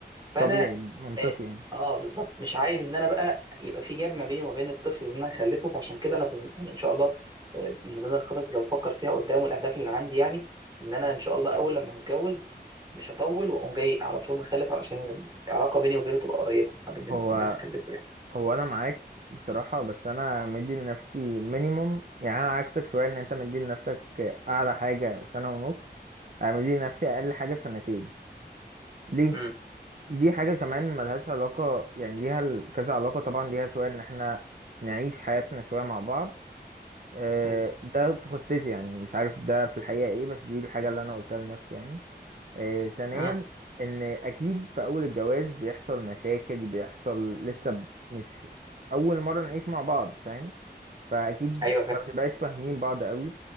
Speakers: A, on the right (about 25°); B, on the right (about 50°).
A: فانا
B: طبيعي منطقي
A: اه
B: يعني
A: آه، بالظبط مش عايز ان انا بقى يبقى في جاب ما بيني وما بين الطفل اللي انا هخلفه فعشان كده انا في- يعني ان شاء الله آه، من ضمن الخطط اللي بفكر فيها قدام والاهداف اللي عندي يعني ان انا ان شاء الله اول لما هتجوز مش هطول واقوم جاي على طول مخلف علشان العلاقه بيني وبينه تبقى قريبه ما بين ان
B: هو
A: انا اخلفه يعني
B: هو انا معاك بصراحة بس انا مدي لنفسي مينيموم يعني انا عكسك شوية ان انت مدي لنفسك اعلى حاجة سنة ونص انا مدي لنفسي اقل حاجة سنتين ليه
A: امم
B: دي حاجة كمان ملهاش علاقة يعني ليها ال- كذا علاقة طبعا ليها شوية ان احنا نعيش حياتنا شوية مع بعض آه،
A: امم
B: ده في خطتي يعني مش عارف ده في الحقيقة ايه بس دي الحاجة اللي انا قلتها لنفسي يعني آه، ثانيا
A: أمم.
B: ان اكيد في اول الجواز بيحصل مشاكل بيحصل لسه ب- مش اول مرة نعيش مع بعض فاهم فاكيد
A: ايوه فاهم
B: ما بنبقاش فاهمين بعض قوي